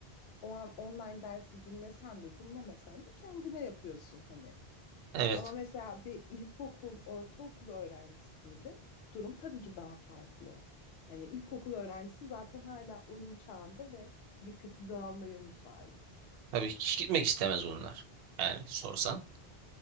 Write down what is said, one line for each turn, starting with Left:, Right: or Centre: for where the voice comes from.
Left: o an online dersi dinlesen de dinlemesen de kendine yapıyorsun hani.
Right: Evet.
Left: Ama mesela bir ilkokul, ortaokul öğrencisinde durum tabii ki daha farklı. Hani ilkokul öğrencisi zaten hala oyun çağında ve dikkati dağılmaya müsait.
Right: Tabii hiç gitmek istemez onlar. Yani sorsan.